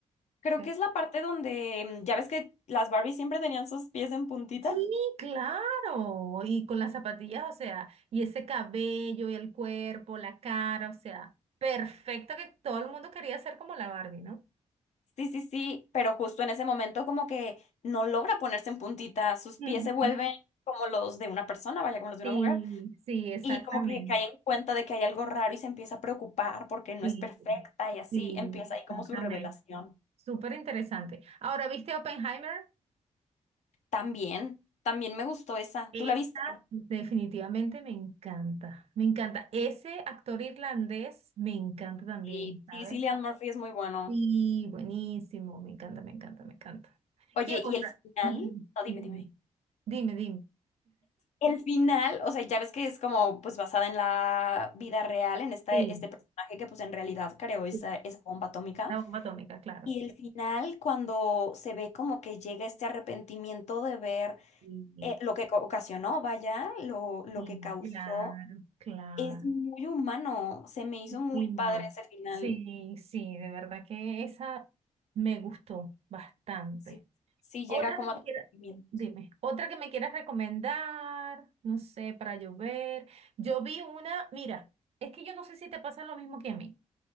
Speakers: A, on the left (about 65°); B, on the right (about 55°).
A: creo
B: ¿sí?
A: que es la parte donde, mm, ya ves que las Barbies siempre tenían sus pies en puntita.
B: Sí, claro. Y con las zapatillas, o sea, y ese cabello, el cuerpo, la cara, o sea, perfecto que todo el mundo quería ser como la Barbie, ¿no?
A: Sí, sí, sí, pero justo en ese momento como que no logra ponerse en puntita, sus
B: Ujú.
A: pies se vuelven como los de una persona, vaya, como los de
B: Sí,
A: una mujer,
B: sí, exactamente.
A: y como que cae en cuenta de que hay algo raro y se empieza a preocupar porque no
B: Sí,
A: es perfecta y así
B: sí,
A: empieza
B: exactamente.
A: ahí como su revelación.
B: Súper interesante. Ahora, ¿viste Oppenheimer?
A: También, también me gustó esa,
B: Esa
A: ¿tú la viste?
B: definitivamente me encanta. Me encanta. Ese actor irlandés me encanta también,
A: Sí,
B: ¿sabes?
A: sí, sí, Cillian Murphy es muy bueno.
B: Sí, buenísimo. Me encanta, me encanta, me encanta.
A: Oye,
B: ¿Qué otra?
A: ¿y el final?
B: <laughs> Ujú,
A: No, dime,
B: Dime,
A: dime.
B: dime, dime.
A: El final, o sea, ya ves que es como pues basada en la vida real, en este,
B: Sí,
A: este personaje que pues en realidad creó esa,
B: sí,
A: esa bomba atómica.
B: la bomba atómica, claro.
A: Y el final, cuando se ve como que llega este arrepentimiento de ver
B: Sí,
A: eh, lo que co- ocasionó, vaya, lo, lo
B: sí,
A: que causó,
B: claro, claro.
A: es muy humano. Se me hizo muy
B: muy mal
A: padre ese final.
B: Sí, sí, de verdad que esa me gustó bastante.
A: Sí, sí
B: Otra
A: llega como
B: que me
A: arrepentimiento.
B: quiera, dime, otra que me quieras recomendar, no sé, para llover. Yo ver. Yo vi una, mira, es que yo no sé si te pasa lo mismo que a mí.